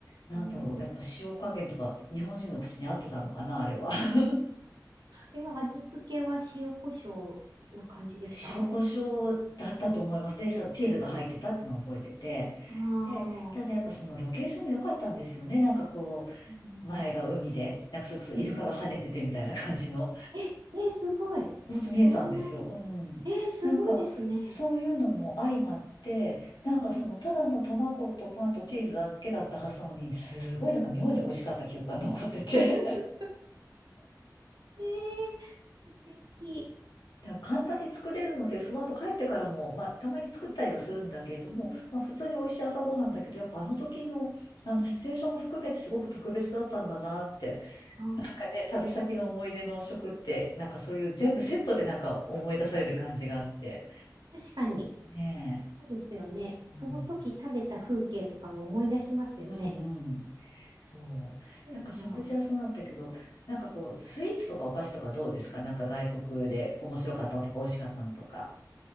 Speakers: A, on the left; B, on the right.
A: なんだろう、
B: うん。
A: やっぱ塩加減とか日本人の口に合ってたのかな、あれは。<laughs>
B: え、味付けは塩コショウな感じでしたあ
A: 塩コショウだったと思います。で、そうチーズが入ってたっていうのを覚えてて。
B: あ
A: で、ただやっぱそのロケーションも良かったんですよね。
B: ー、
A: なんかこ
B: うん
A: う、前が海で、なんかそれこそイルカが跳ねててみたいな感じの。
B: うん。うんえ、え、すごい。
A: ほんと見えたんですよ。
B: そんな、
A: うん。
B: え、すごいですね。
A: なんか、そういうのも相まって、なんかその、
B: うん。
A: ただの卵とパンとチーズだけだったはずなのに、すごいなんか妙に美味しかった記憶が残ってて。
B: <laughs>
A: <laughs>
B: えー、素敵。
A: だから簡単に作れるので、その後帰ってからも、まあ、たまに作ったりはするんだけれども、
B: うん。
A: まあ、普通に美味しい朝ごはんだけど、やっぱあの時の、あの、シチュエーションも含めてすごく特別だったんだなって。
B: あー
A: なんかね、旅先の思い出の食って、なんかそういう全部セットでなんか思い出される感じがあって。
B: うん確かに、
A: ね
B: そうですよね。
A: え。うん。
B: その時食べた風景とかも思い出しますよね。
A: うんうん。そう。
B: うんだ。
A: なんか食事はそうなったけど、なんかこう、スイーツとかお菓子とかどうですかなんか外国で面白かったのとか美味しかったのとか。